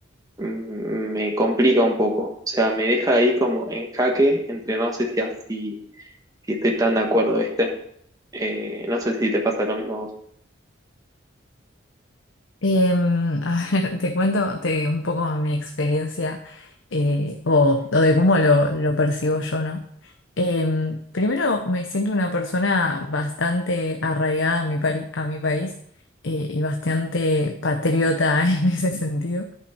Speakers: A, on the right; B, on the left.
A: mm, me complica un poco. O sea, me deja ahí como en jaque entre no sé si, así- si si estoy tan de acuerdo, ¿viste? Eh, no sé si te pasa lo mismo a vos.
B: Em, a ver, <laughs> te cuento te- un poco mi experiencia eh, o, o de cómo lo, lo percibo yo, ¿no? Em, primero, me siento una persona bastante arraigada a mi, pari- a mi país eh, y bastante patriota <laughs> en ese sentido.